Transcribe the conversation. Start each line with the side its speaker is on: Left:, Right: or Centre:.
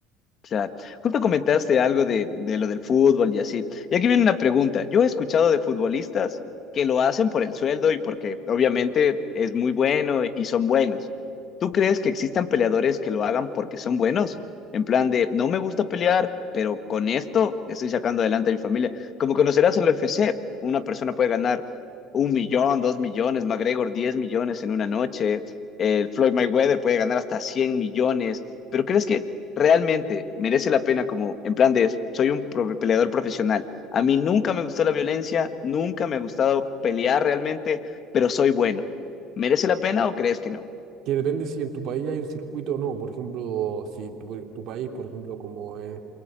Left: Claro. Justo comentaste algo de, de lo del fútbol y así. Y aquí viene una pregunta. Yo he escuchado de futbolistas que lo hacen por el sueldo y porque obviamente es muy bueno y son buenos. ¿Tú crees que existan peleadores que lo hagan porque son buenos? En plan de, no me gusta pelear, pero con esto estoy sacando adelante a mi familia. Como conocerás en la UFC, una persona puede ganar un millón, dos millones, McGregor 10 millones en una noche, el Floyd Mayweather puede ganar hasta 100 millones. ¿Pero crees que realmente merece la pena como en plan de soy un pro- peleador profesional. A mí nunca me gustó la violencia, nunca me ha gustado pelear realmente, pero soy bueno. ¿Merece la pena o crees que no?
Right: Que depende si en tu país hay un circuito o no. Por ejemplo, si tu, tu país, por ejemplo, como es,